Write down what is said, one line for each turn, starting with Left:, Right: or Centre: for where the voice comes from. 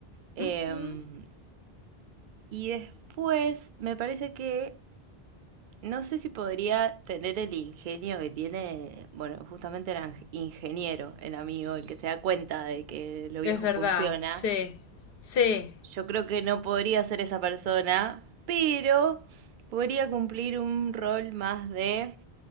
Right: Em,
Left: ujú.
Right: y después me parece que no sé si podría tener el ingenio que tiene, bueno, justamente el ang- ingeniero, el amigo, el que se da cuenta de que lo viejo
Left: Es verdad,
Right: funciona.
Left: sí, sí.
Right: Yo creo que no podría ser esa persona, pero podría cumplir un rol más de